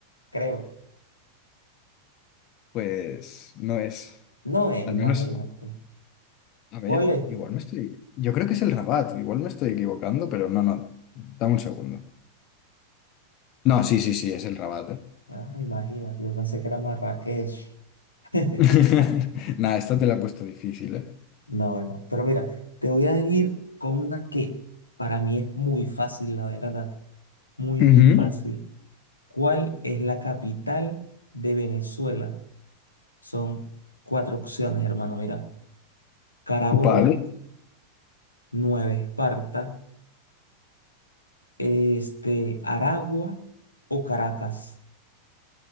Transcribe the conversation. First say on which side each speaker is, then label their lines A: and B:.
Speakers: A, on the left; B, on the left.
A: creo.
B: Pues no es.
A: No es,
B: Al
A: imagínate.
B: menos A ver,
A: ¿Cuál es?
B: igual me estoy. Yo creo que es el Rabat, igual me estoy equivocando, pero no, no. Dame un segundo. No, sí, sí, sí, es el Rabat, ¿eh?
A: Ah, imagínate, yo pensé que era Marrakech. <laughs>
B: <laughs> Nada, esta te la he puesto difícil, ¿eh?
A: No, bueno, pero mira, te voy a ir con una que para mí es muy fácil, la verdad. Muy,
B: Ujú.
A: muy fácil. ¿Cuál es la capital de Venezuela? Son cuatro opciones, hermano. Mira, Carabobo,
B: Vale.
A: Nueva Esparta, este, Aragua o Caracas.